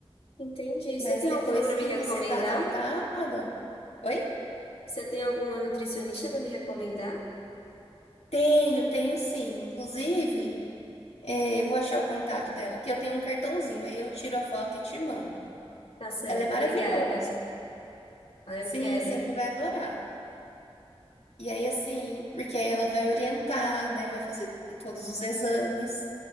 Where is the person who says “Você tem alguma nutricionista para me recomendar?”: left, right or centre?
Left